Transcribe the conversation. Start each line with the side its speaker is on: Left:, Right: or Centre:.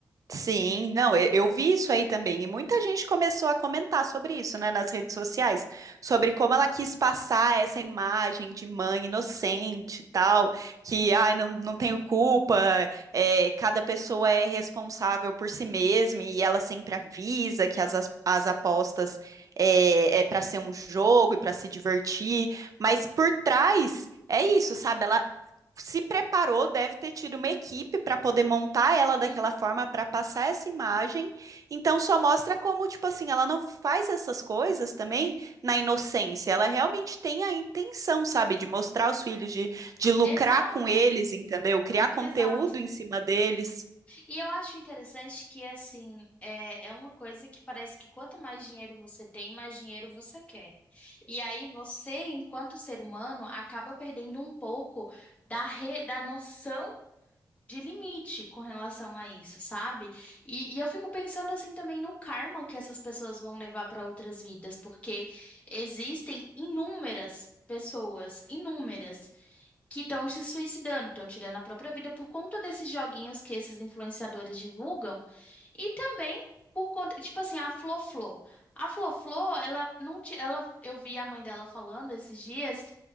Right: Sim, não, e- eu vi isso aí também, e muita gente começou a comentar sobre isso, né, nas redes sociais, sobre como ela quis passar essa imagem de mãe inocente e tal, que, ai, não, não tenho culpa, é, cada pessoa é responsável por si mesma, e ela sempre avisa que as, as, as apostas é, é para ser um jogo e para se divertir, mas por trás é isso, sabe? Ela se preparou, deve ter tido uma equipe para poder montar
Left: Uhum,
Right: ela daquela forma, para passar essa imagem. Então, só mostra como, tipo assim, ela não faz essas coisas também na inocência. Ela realmente tem a intenção, sabe, de mostrar os filhos, de, de lucrar
Left: exato,
Right: com eles, entendeu? Criar conteúdo
Left: exato.
Right: em cima deles.
Left: E eu acho interessante que, assim, é, é uma coisa que parece que quanto mais dinheiro você tem, mais dinheiro você quer. E aí você, enquanto ser humano, acaba perdendo um pouco da, re- da noção de limite com relação a isso, sabe? E, e eu fico pensando, assim, também no karma que essas pessoas vão levar para outras vidas, porque existem inúmeras pessoas, inúmeras que estão se suicidando, estão tirando a própria vida por conta desses joguinhos que esses influenciadores divulgam. E também por conta, tipo assim, a Flo-Flo. A Flo-Flo, ela não ti- ela eu vi a mãe dela falando esses dias